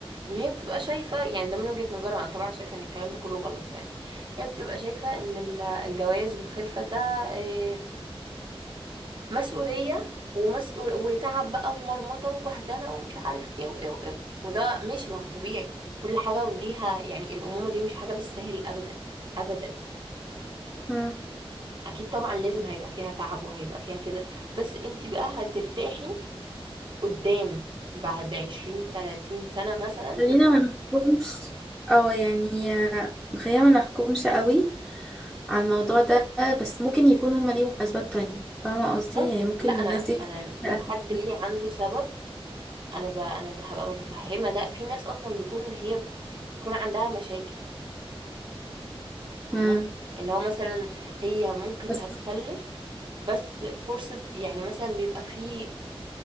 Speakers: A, on the right; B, in the centre.
A: ان هي بتبقى شايفة يعني ده من وجهة نظرها انا طبعا شايفة ان الكلام ده كله غلط يعني هي بتبقى شايفة ان ال- الجواز والخلفة ده آه، مسؤولية ومسؤول وتعب بقى ومرمطة وبهدلة ومش عارف ايه وايه وايه وده مش ما هو طبيعي كل حاجة وليها يعني الأمومة دي مش حاجة بالسهل أبدا أبدا
B: مم.
A: أكيد طبعا لازم هيبقى فيها تعب وهيبقى فيها كده بس انت بقى هترتاحي قدام بعد عشرين تلاتين سنة مثلا
B: خلينا
A: لما
B: ما نحكمش او يعني آه، خلينا ما نحكمش قوي على الموضوع ده بس ممكن يكون هما ليهم اسباب تانية فاهمة قصدي
A: ممكن
B: يعني ممكن
A: لا أنا
B: الناس دي بت-
A: أنا لو
B: يعني
A: حد ليه عنده سبب انا بقى انا هبقى متفهمه ده في ناس اصلا بيكون إن هي بيكون عندها مشاكل فاهمه
B: امم
A: اللي هو مثلا هي ممكن
B: بس
A: هتخلف بس فرصه يعني مثلا بيبقى في